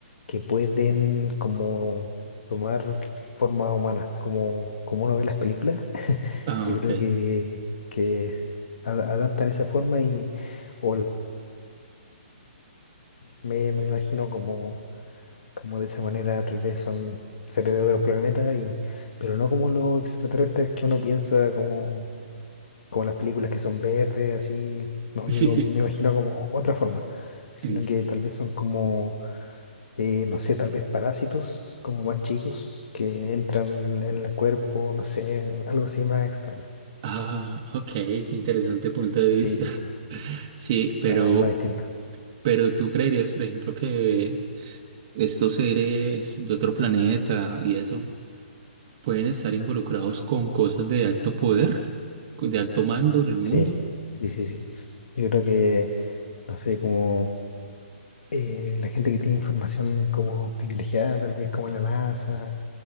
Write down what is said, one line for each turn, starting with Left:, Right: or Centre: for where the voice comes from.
Left: que pueden como tomar forma humana, como, como uno ve las películas. <laughs>
Right: Ah,
Left: Yo
Right: ok.
Left: creo que,
Right: <laughs>
Left: que a- adaptan esa forma y... o me, me lo imagino como, como de esa manera, tal vez son seres de otro planeta, y, pero no como los extraterrestres que uno piensa, como, como las películas que son verdes, así. No,
Right: Sí,
Left: yo
Right: sí.
Left: me imagino como otra forma, sino
Right: Ent-
Left: que tal vez son como, eh, no sé, tal vez parásitos, como más chicos, que entran en el cuerpo, no sé, algo así más extraño.
Right: Ah, ok, qué interesante punto de vista.
Left: Sí, sí,
Right: <laughs>
Left: sí,
Right: Sí, pero,
Left: más, más distinto.
Right: pero tú creerías, por ejemplo, que estos seres de otro planeta y eso pueden estar involucrados con cosas de alto poder, con- de alto mando en el mundo.
Left: Sí, sí, sí, sí. Yo creo que, no sé, como... eh, la gente que tiene información como privilegiada, tal vez como la NASA